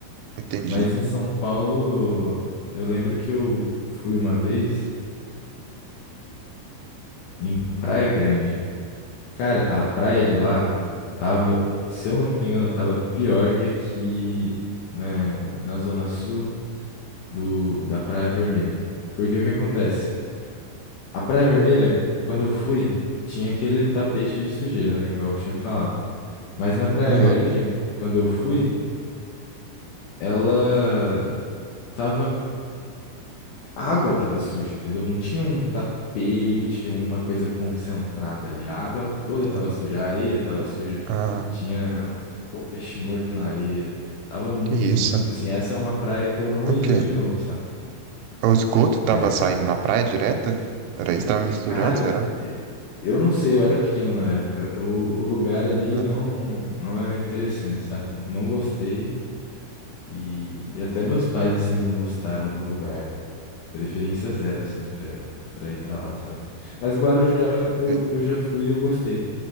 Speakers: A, on the right; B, on the left.
A: entendi.
B: Mas em São Paulo, eu lembro que eu fui uma vez em, em Praia Grande. Cara, a praia de lá tava, se eu não me engano, tava pior que aqui, né, na zona sul do, da Praia Vermelha. Porque o que acontece? A Praia Vermelha, quando eu fui, tinha aquele tapete de sujeira, né? Igual eu tinha falado. Mas na Praia
A: Aham.
B: Grande, quando eu fui, ela tava. A água tava suja, entendeu? Não tinha um tapete, uma coisa concentrada ali. A água toda
A: sim.
B: tava suja, a areia tava suja,
A: Ah,
B: tinha, pô, peixe morto na areia. Tava muito
A: que isso?
B: ruim. Tipo assim, essa é uma praia que eu não
A: O
B: iria
A: quê?
B: de novo, sabe?
A: O esgoto tava
B: É,
A: saindo na praia direta? Era isso, tava misturando,
B: cara,
A: será?
B: Eu não sei, eu era pequeno na época. O, o lugar ali
A: Aham.
B: não não é interessante, sabe? Não gostei e, e até meus pais assim não gostaram do lugar. Preferência zero assim para para ir para lá, sabe? Mas Guarujá eu,
A: sei.
B: eu já fui e eu gostei.